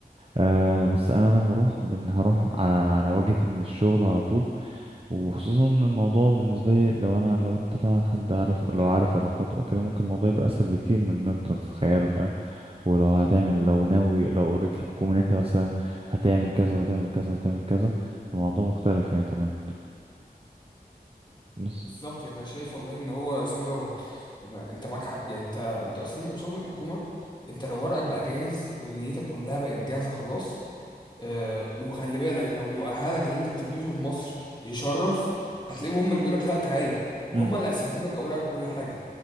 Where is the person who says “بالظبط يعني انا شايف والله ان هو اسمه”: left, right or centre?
Left